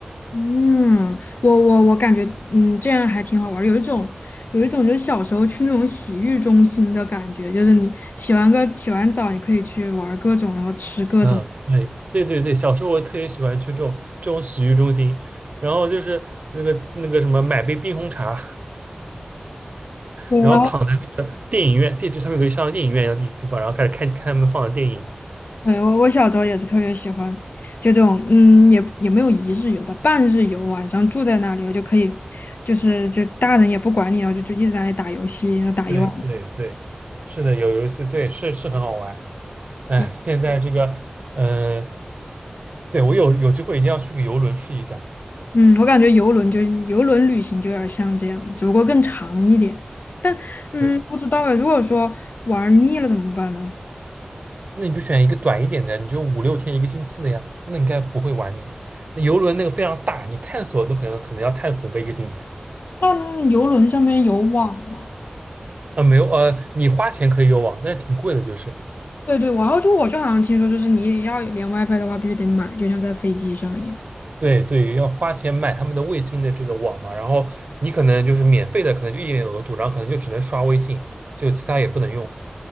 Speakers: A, on the left; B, on the right.
A: 嗯，我我我感觉嗯这样还挺好玩儿有一种有一种就是小时候去那种洗浴中心的感觉，就是你洗完个洗完澡，你可以去玩儿各种，然后吃各种。
B: 嗯，对对对对，小时候我特别喜欢去这种这种洗浴中心，然后就是那个那个什么买杯冰红茶，
A: 对
B: 然后躺在电影院地址上面有个像电影院一样的地地方，然后开始看看他们放的电影。
A: 对，我我小时候也是特别喜欢，就这种，嗯，也也没有一日游吧，半日游，晚上住在那里，我就可以，就是就大人也不管你，然后就就一直在那里打游戏，然后打一晚上。
B: 对对对，是的，有游戏，对，是是很好玩。哎，
A: 对，
B: 现在这个，呃，对我有有机会一定要去个游轮试一下。
A: 嗯，我感觉游轮就游轮旅行就有点像这样，只不过更长一点。但嗯，
B: 对，
A: 不知道哎，如果说玩腻了怎么办呢？
B: 那你就选一个短一点的，你就五六天一个星期的呀，那应该不会玩你。那游轮那个非常大，你探索都可能可能要探索个一个星期。
A: 那游轮上面有网吗？
B: 啊，没有，呃，你花钱可以有网，但是挺贵的，就是
A: 对对，然后就我就好像听说，就是你要连 WiFi 的话，必须得买，就像在飞机上一样。
B: 对对，要花钱买他们的卫星的这个网嘛。然后你可能就是免费的，可能就一点点额度，然后可能就只能刷微信，就其他也不能用。